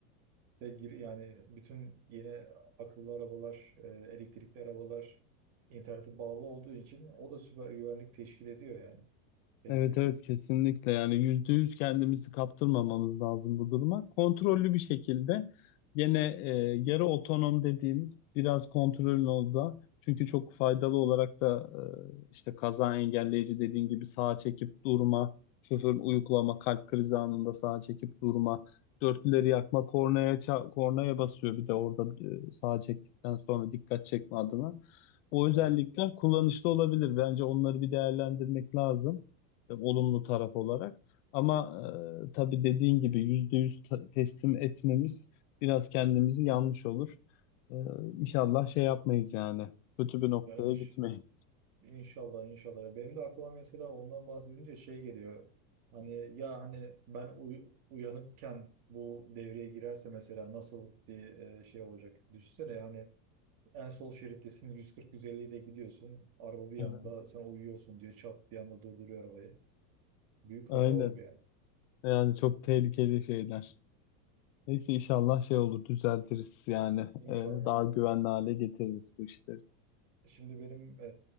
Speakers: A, on the right; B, on the left.
A: e, de gir yani bütün yeni akıllı arabalar, e, elektrikli arabalar internete bağlı olduğu için o da süper güvenlik teşkil ediyor yani tehlikesi.
B: Evet evet kesinlikle yani yüzde yüz kendimizi kaptırmamamız lazım bu duruma. Kontrollü bir şekilde gene e, yarı otonom dediğimiz biraz kontrolün olduğu çünkü çok faydalı olarak da e, işte kaza engelleyici dediğin gibi sağa çekip durma, şoför uyuklama, kalp krizi anında sağa çekip durma, dörtlüleri yakma, kornaya ça- kornaya basıyor bir de orada e, sağa çektikten sonra dikkat çekme adına. O özellikler
A: Evet.
B: kullanışlı olabilir. Bence onları bir değerlendirmek lazım e, olumlu taraf olarak. Ama e, tabii dediğin gibi yüzde yüz ta- teslim etmemiz biraz kendimizi yanlış olur. E, İnşallah şey yapmayız yani. Kötü bir noktaya
A: Ben hiç
B: gitmeyiz.
A: İnşallah inşallah. Benim de aklıma mesela ondan bahsedince şey geliyor. Hani ya hani ben uy- uyanıkken bu devreye girerse mesela nasıl bir e, şey olacak? Düşünsene hani en sol şerittesin 140-150 ile gidiyorsun. Araba bir yanda
B: Evet.
A: sen uyuyorsun diye çat bir anda durduruyor arabayı. Büyük kaza
B: Aynen.
A: olur yani.
B: Yani çok tehlikeli şeyler. Neyse inşallah şey olur düzeltiriz yani.
A: İnşallah.
B: E, daha güvenli hale getiririz bu işleri.
A: Şimdi benim e,